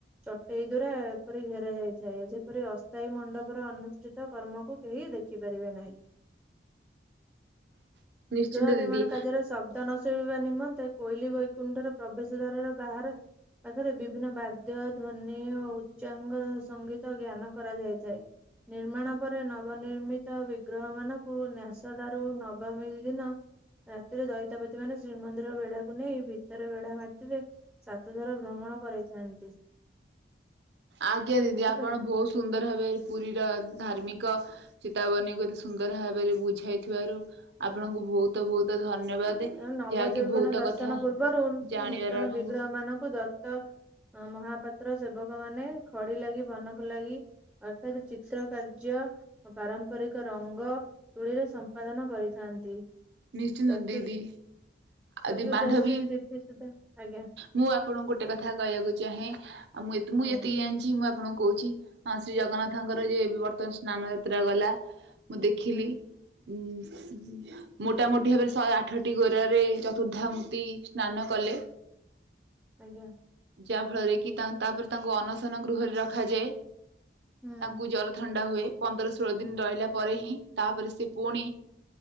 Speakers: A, in the centre; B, on the right.
A: ଚଟେଇ ଦ୍ୱାରା ଏପରି ଘେରା ଯାଇଥାଏ ଯେପରି ଅସ୍ଥାୟୀ ମଣ୍ଡପର ଅନୁଷ୍ଠିତ କର୍ମକୁ କେହି ଦେ ଖି ପାରିବେ ନାହିଁ।
B: ନିଶ୍ଚିନ୍ତ
A: ବିଗ୍ରହ
B: ଦିଦି
A: ନିର୍ମାଣ କାର୍ଯ୍ୟରେ ଶବ୍ଦ ନ ଶୁବିବା ନିମନ୍ତେ କୋଇଲି ବୈକୁଣ୍ଠର ପ୍ରବେଶ ଦ୍ଵାରର ବାହାରେ ପାଖରେ ବିଭିନ୍ନ ବାଦ୍ୟ ଧ୍ୱନି ଓ ଉଚ୍ଚାଙ୍ଗ ସଙ୍ଗୀତ ଜ୍ଞାନ କରାଯାଇଥାଏ। ନିର୍ମାଣ ପରେ ନବନିର୍ମିତ ବିଗ୍ରହ ମାନଙ୍କୁ ନେସଦାରୁ ନବମୀ ଦିନ ରାତିରେ ଦଇତାପତି ମାନେ ଶ୍ରୀମନ୍ଦିର ବେଢାକୁ ନେଇ ଭିତର ବେଢା ମାଟିରେ ସାତଥର ଭ୍ରମଣ କରାଇଥାନ୍ତି।
B: ଆଜ୍ଞା ଦିଦି
A: ବୁଝିପାରିଲୁ
B: ଆପଣ ବହୁତ ସୁନ୍ଦର ଭାବେ ପୁରୀର ଧାର୍ମିକ ଚେତାବନୀ କୁ ଏତେ ସୁନ୍ଦର ଭାବ। ରେ ବୁଝାଇଥିବାରୁ ଆପଣଙ୍କୁ ବହୁତ ବହୁତ ଧନ୍ୟବାଦ।
A: ତେଣୁ ନବଜୈବନ
B: ଯାହାକି ବହୁତ
A: ଦର୍ଶନ
B: କଥା
A: ପୂର୍ବରୁ
B: ଜାଣିବାର
A: ନୂତନ
B: ଆମକୁ
A: ବିଗ୍ରହ ମାନଙ୍କୁ ଦତ ଅ ମହାପାତ୍ର ସେବକ ମାନେ ଖଡି ଲାଗି ବନ ଲାଗି ଅର୍ଥାତ ଚିତ୍ର କାର୍ଯ୍ୟ ପାରମ୍ପରିକ ରଙ୍ଗ ତୁଳିରେ ସମ୍ପାଦନ କରିଥାନ୍ତି।
B: ନିଶ୍ଚିନ୍ତ
A: ଚତୁ
B: ଦିଦି।
A: ଚତୁର୍ଦ୍ଦଶୀ
B: ଦି ବାନ୍ଧବୀ
A: ତିଥି ସୁଦ୍ଧା ଆଜ୍ଞା।
B: ମୁଁ ଆପଣଙ୍କୁ ଗୋଟେ କଥା କହିବାକୁ ଚାହେଁ ଆଉ ମୁଁ ମୁଁ
A: ହୁଁ
B: ଯେତିକି ଜାଣିଛି ମୁଁ ଆପଣଙ୍କୁ କହୁଛି। ହଁ ଶ୍ରୀ ଜଗନ୍ନାଥଙ୍କର ଯ ଏ ବର୍ତ୍ତମାନ ସ୍ନାନ ଯାତ୍ରା ଗଲା ମୁଁ ଦେଖିଲି।
A: ହୁଁ
B: <unintelligible> ମୋଟାମୋଟି ଭାବରେ ଶହେ ଆଠଟି ଗୋରାରେ ଚତୁର୍ଦ୍ଧାମୂର୍ତ୍ତି ସ୍ନାନ କଲେ।
A: ଆଜ୍ଞା।
B: ଯାହା ଫଳରେ କି ତା ତାପରେ ତାଙ୍କୁ ଅନସନ ଗୃହରେ ରଖାଯାଏ,
A: ହୁଁ
B: ତାଙ୍କୁ ଜଲ ଥଣ୍ଡା ହୁଏ ପନ୍ଦର ଷୋହଳ ଦିନ ରହିଲା ପରେ ହିଁ ତାପରେ ସେ ପୁଣି